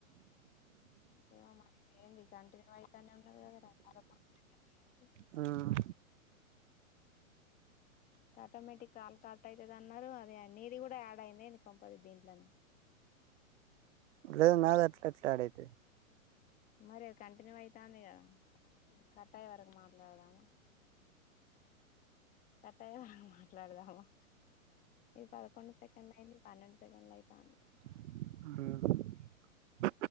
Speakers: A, on the left (about 20°); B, on the right (about 60°).
A: ఏమే మరి ఇదేంది కంటిన్యూ ఐతనే ఉన్నది గదరా పదకొండు సెకండ్స్ అయింది
B: హ్ మ్
A: ఆటోమేటిక్ కాల్ కట్ ఐతదన్నరూ అదే నీది గుడా ఆడ్ ఐందా ఏంది కొంపది దీంట్లనే
B: లేద్ నాదట్లెట్ల ఆడైతది
A: మరి కంటిన్యూ ఐతాంది గదా కట్టయ్యే వరకు మాట్లాడదామా కట్ అయ్యేదాకా మాట్లాడ్దామా ఇది పదకొండు సెకండ్ లయింది పన్నెండు సెకండ్లైతాంది
B: ఆ